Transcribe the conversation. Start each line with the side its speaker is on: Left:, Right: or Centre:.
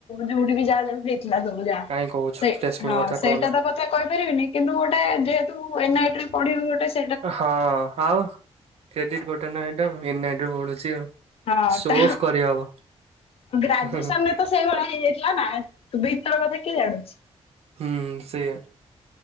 Left: ଯୋଉଠି ବି ଯାହା ଯେମିତି ଦେଖିଲା ସବୁଯା
Right: କାହିଁ କହୁଛୁ
Left: ସେଇ
Right: ପ୍ଲେସମେଣ୍ଟ
Left: ହଁ
Right: କଥା
Left: ସେଇଟା
Right: କହନା।
Left: ତ କହିପାରିବିନି କିନ୍ତୁ ଗୋଟେ ଯେହେତୁ ଏନ୍ ଆଇ ଟି ରେ ପଢିବୁ ଗୋଟେ ସେ
Right: ହଁ ଆଉ କ୍ରେଡିଟ ଗୋଟେ ନା ଏଇଟା ଏନ୍ ଆଈଟି <unintelligible> ଆଉ
Left: ହଁ
Right: ସୋଅଫ୍
Left: ତା
Right: କରି ହବ
Left: ଗ୍ରାଜୁଏସନରେ
Right: ହୁଁ ହୁଁ ହୁଁ
Left: ତ ସେଇଭଳିଆ ହେଇଯାଇଥିଲା ନା ତୁ ଭିତର କଥା କିଏ ଜାଣୁଛି।
Right: ହୁଁ ସେଇଆ।